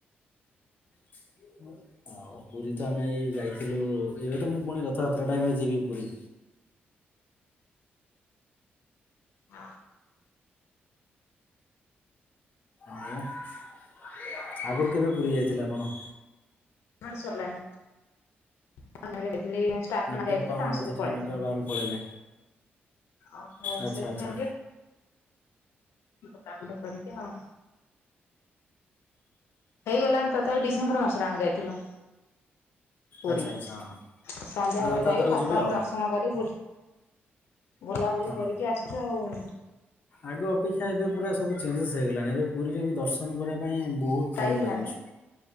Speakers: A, on the left (about 45°); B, on the left (about 85°).
A: <unintelligible> ଆଉ ପୁରୀ ତ ଆମେ ଏଇ ଯାଇଥିଲୁ ଏବେ ତ ମୁଁ ପୁଣି ରଥଯାତ୍ରା ଟାଇମରେ ଯିବି ପୁରୀ।
B: ହାଁ।
A: ଆଉ <inaudible> ଆଗରୁ କେବେ ପୁରୀ ଯାଇଥିଲେ ଆପଣ?
B: ଆମ ଆଡ଼େ ସାରିଲାଣି। <unintelligible> ତା ଆତ୍ମା
A: ନେଟୱାର୍କ
B: ଯାଇଥିଲେ
A: ପାଉନି
B: ତାଙ୍କ
A: ବୋଧେ
B: ସହିତ
A: ଟିକେ
B: ପଳେଇଥିଲେ।
A: ନେଟୱାର୍କ ବାହାରକୁ ପଳେଇଲେ
B: ଓହୋ
A: ଆଚ୍ଛା
B: ସେଥିପାଇଁ
A: ଆଚ୍ଛା
B: କି ବୁଲାବୁଲି କରିକି ଆଉ। ହେଇଗଲାଣି ତଥାପି ଡିସେମ୍ବର ମାସରେ ଆମେ ଯାଇଥିଲୁ। ପୁରୀ
A: ଆଚ୍ଛା ଆଚ୍ଛା
B: ସନ୍ଧ୍ୟାବେଳେ
A: ହଁ। ପୁଣି ରଥଯାତ୍ରାକୁ
B: ଯାଇ ଠାକୁରଙ୍କ
A: ଯିବେ ଆଉ
B: ଦର୍ଶ ନ କରି ବୁଲି ବୁଲାବୁଲି
A: ହଁ।
B: କରିକି ଆସିଚୁ ଆଉ।
A: ଆଗ ଅପେକ୍ଷା ଏବେ ପୁରା ସବୁ ଚେଞ୍ଜେସ୍ ହେଇଗଲାଣି। ଏବେ ପୁରୀରେ ବି ଦର୍ଶନ କରିଆ ପାଇଁ ବହୁତ ଟାଇମ
B: ଯାଇ ହେଲାନି
A: ଲାଗୁଛି।